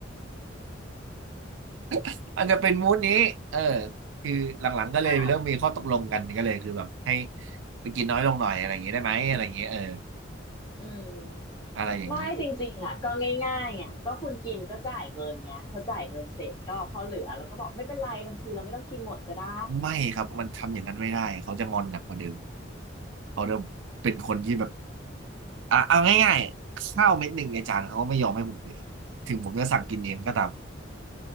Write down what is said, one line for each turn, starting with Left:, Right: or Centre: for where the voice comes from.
Right: <laughs> อันจะเป็นมูดนี้เออคือหลังๆก็เลยเริ่มมีข้อตกลงกันก็เลยคือแบบให้
Left: ๆอ้าว
Right: ไปกินน้อยลงหน่อยอะไรอย่างงี้ได้ไหมอะไรอย่างงี้เออ
Left: อืม
Right: อะไรอย่างนี้
Left: ไม่จริงๆอ่ะก็ง่ายๆอ่ะก็คุณกินก็จ่ายเงินไงพอจ่ายเงินเสร็จก็พอเหลือแล้วก็บอกไม่เป็นไรบางทีเราไม่ต้องกินหมดก็ได้
Right: ไม่ครับมันทำอย่างนั้นไม่ได้เขาจะงอนหนักกว่าเดิมเขาเริ่มเป็นคนที่แบบอ่ะเอาง่ายๆข้าวเม็ดหนึ่งในจานเขาก็ไม่ยอมให้ผมเหลือถึงผมจะสั่งกินเองก็ตาม